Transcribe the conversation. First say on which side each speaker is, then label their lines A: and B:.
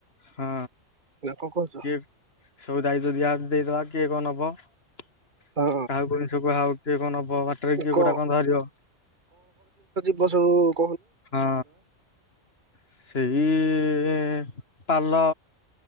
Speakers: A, on the left (about 50°); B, on the right (about 35°).
A: ହଁ
B: ନା କଣ କହୁଛ?
A: ଯଏ ସବୁ ଦାୟ ଦିଆ ଦେଇଦବା କିଏ କଣ ହବ କାହା
B: ହଁ
A: କିନିଷକୁୁ ହଉ କିଏ କଣ ହବ ବାଟରେ କିଏ
B: କ
A: କଉଟା କଣ ଧରିବ
B: ଗସୁ <unintelligible>
A: ହଁ ସେଇ ଯେ ପାଲ